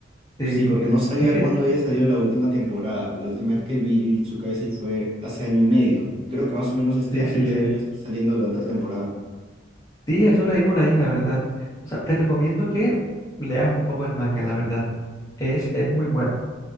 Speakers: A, on the left; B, on the right.
A: Sí.
B: Sí, porque no sabía
A: Es que,
B: cuándo había salido la última temporada. La última vez que vi Jujutsu Kaisen fue hace año y medio. Creo que más o menos este
A: sí,
B: año
A: sí,
B: ya
A: sí.
B: debió estar saliendo la otra temporada.
A: Sí, eso leí por ahí, la verdad. O sea, te recomiendo que leas un poco el manga, la verdad. Es, es muy bueno.